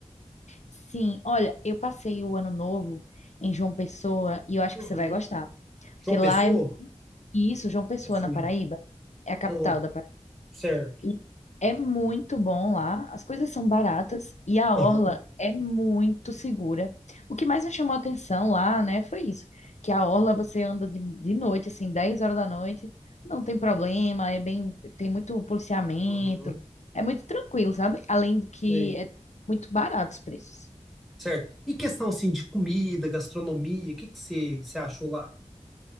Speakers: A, on the left (about 70°); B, in the centre.
A: Sim, olha, eu passei o ano novo em João Pessoa e eu acho
B: Uhum,
A: que você vai gostar,
B: João
A: porque lá
B: Pessoa?
A: é isso, João Pessoa,
B: Nunca fui.
A: na Paraíba, é a capital
B: Ah,
A: da Paraíba.
B: certo.
A: E é muito bom lá, as coisas são baratas e a
B: Aham,
A: orla é muito segura. O que mais me chamou a atenção lá, né, foi isso, que a orla você anda de, de noite, assim, 10 horas da noite, não tem problema, é bem, tem muito policiamento,
B: uhum.
A: é muito tranquilo, sabe? Além do que
B: sei.
A: é muito barato os preços.
B: Certo. E questão, assim, de comida, gastronomia, o que que você, você achou lá?